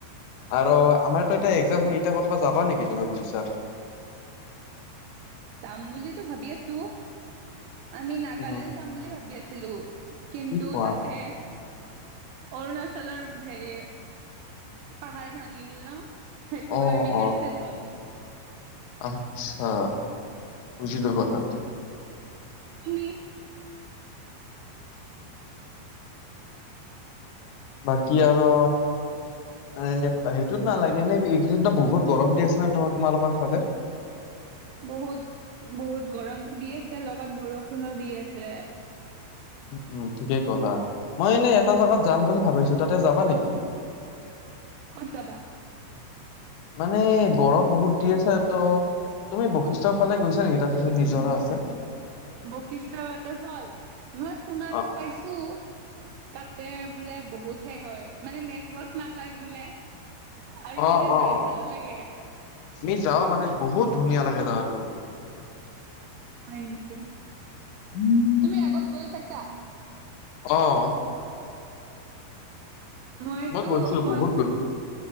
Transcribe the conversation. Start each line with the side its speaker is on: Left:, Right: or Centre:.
Left: আৰু আমাৰতো এতিয়া এক্সাম সেটা ক'তবা যাবা নেকি তুমি ভাবিছা?
Right: যাম বুলিতো ভাবি আছোঁ। আমি নাগালেণ্ড
Left: উম,
Right: যাম বুলি ভাবি আছিলোঁ কিন্তু
Left: কি কোৱা?
Right: তাতে অৰুণাচলৰ হেৰি পাহাৰ ভাঙিল ন'? সেইটো
Left: অ',
Right: কাৰণে
Left: অ',
Right: কেনচেল হ'ল।
Left: আচ্ছা, বুজিলো কথাটো।
Right: তুমি?
Left: বাকী আৰু এ, সেইটোত নালাগে এনে এইকেইদিনটো বহুত গৰম দি আছে ন' তোমালোকৰ ফালে?
Right: বহুত, বহুত গৰমতো দি আছে লগত বৰষুণো দি আছে।
Left: উম ঠিকেই ক'লা। মই এনেই এটা জাগাত যাম বুলি ভাবিছোঁ তাতে যাবা নেকি?
Right: ক'ত যাবা?
Left: মানে গৰম বহুত দি আছে ত' তুমি বশিষ্ঠৰ ফালে গৈছা নেকি তাতে যে নিজৰা আছে?
Right: বশিষ্ট ৱাটাৰফল, মই শুনাতো
Left: অ',
Right: পাইছোঁ। তাতে বোলে বহুত হে হয়, মানে নেটৱৰ্ক নাপায় বোলে। আৰু
Left: অ',
Right: বোলে
Left: অ',
Right: যাই ভালো লাগে।
Left: আমি যাঁও মানে বহুত ধুনীয়া লাগে জাগাটো।
Right: হয় নেকি?
Left: উম।
Right: তুমি আগত গৈ পাইছা?
Left: অ'।
Right: মইতো
Left: মই গৈছো
Right: অকল,
Left: বহুত গৈছো।